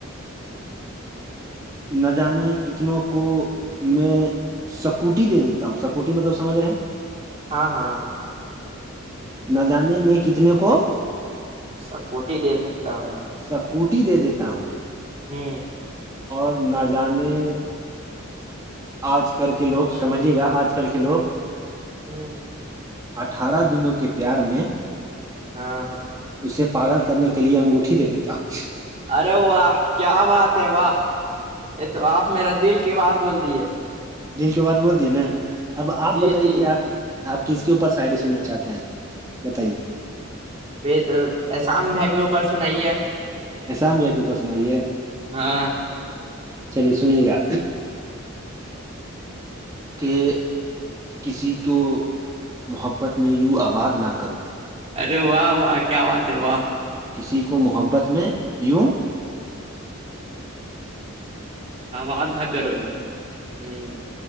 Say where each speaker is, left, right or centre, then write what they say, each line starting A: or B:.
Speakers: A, on the right; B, on the right.
A: نہ جانے کتنوں کو میں سکوٹی دے دیتا ہوں سکوٹی مطلب سمجھ رہے ہیں
B: ہاں ہاں
A: نہ جانے میں کتنے کو
B: سا کوٹی دے سکتا ہوں
A: سکوٹی دے دیتا ہوں
B: ہوں
A: اور نہ جانے آج کل کے لوگ سمجھیے گا آج کل کے لوگ
B: ہوں
A: اٹھارہ دنوں کے پیار میں
B: ہاں
A: اسے پاگل کرنے کے لیے انگوٹھی دے دیتا ہوں
B: ارے و کیا بات ہے و یہ تو آپ میرا دل کی بات بول دیے
A: دن کے بع بول دیے نا اب آپ
B: جی
A: بتائیے
B: جی
A: کہ آپ آپ کس کے اوپر شاعری سننا چاہتے ہیں بتائیے
B: ب تو احسان ب کہ وہو پرس سنائیے
A: احسان بھ کےپس سنائیے
B: ہاں
A: چلیے سنیے گا کہ کسی کو محبت میں یوں آباد نہ کرو
B: ارے واہ واہ کیا بات ہے واہ
A: کسی کو محبت میں یوں
B: ہاںوات نہ کرو ہوں